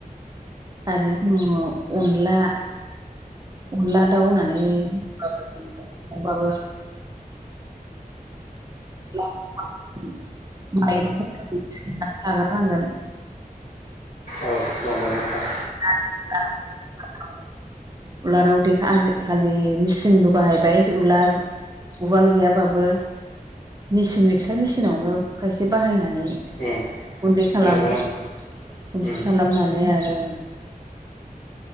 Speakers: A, on the right; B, on the left.
A: आरो जोङो अनला अनला दाउ होननानैबाबो <unintelligible> <unintelligible> लाग्रोनांगोन।
B: औ नंगौ नोंथां
A: आ <unintelligible> उलाराव देखा आजिखालि मेचिनबो बाहायबाय दु उलार उवाल गैयाबाबो मेसिन मिक्सार मेसिनावनो खायसे बाहायनानै
B: नंगौ
A: गुन्दै खालामो
B: नोंथां
A: गुन्दै
B: उम
A: खालामनानै आरो-